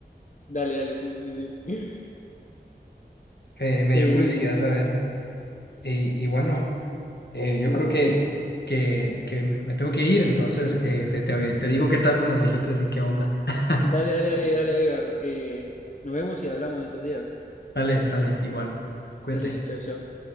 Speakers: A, on the left (about 45°); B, on the left (about 70°).
A: Dale, dale, sí, sí, sí, sí. <laughs>
B: Eh, me
A: Eh,
B: dio curiosidad saber. Y, y bueno, eh,
A: sí,
B: yo creo
A: sí,
B: que,
A: sí.
B: que, que me me tengo que ir, entonces eh, te, te, te digo qué tal con las viejitas y qué onda. <laughs>
A: Dale, dale, dale, dale, Edgar. Eh, nos vemos y hablamos en estos días.
B: Sale, sale, igual. Cuídate.
A: Dale, chao, chao.